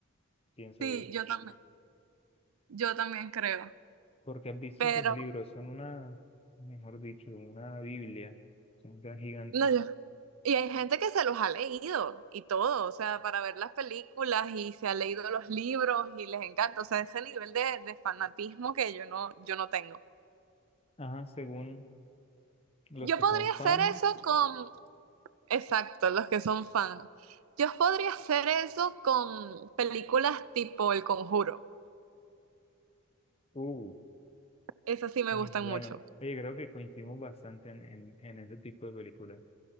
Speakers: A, on the left; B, on the right.
A: pienso
B: Sí,
A: yo,
B: yo también, yo también creo.
A: porque has visto
B: Pero,
A: esos libros, son una, mejor dicho, una Biblia, son tan gigantes.
B: no, yo. Y hay gente que se los ha leído y todo, o sea, para ver las películas y se ha leído los libros y les encanta, o sea, ese nivel de, de fanatismo que yo no, yo no tengo.
A: Ajá, según los
B: Yo
A: que
B: podría
A: son
B: hacer
A: fan,
B: eso con, exacto, los que son fan. Yo podría hacer eso con películas tipo El Conjuro.
A: uh,
B: Esas sí me
A: muy
B: gustan
A: bueno.
B: mucho.
A: Oye, creo que coincidimos bastante en, en, en ese tipo de películas.